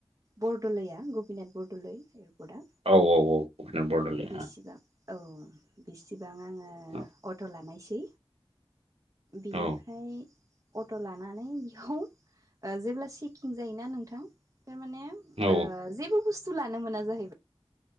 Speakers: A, on the right (about 35°); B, on the right (about 80°).
A: बरद'लैया गपिनाथ बरद'लै एयारपर्टआ
B: औ औ भुटान बरदारलै
A: बिसिबां औ बिसिबां आङो
B: औ
A: अट' लानायसै बिनिफ्राय
B: औ
A: अट' लानानै बेयाव जेब्ला चेकिं जायोना नोंथां थारमाने
B: औ
A: जेबो बुस्थु लानो मोना जाहैबाय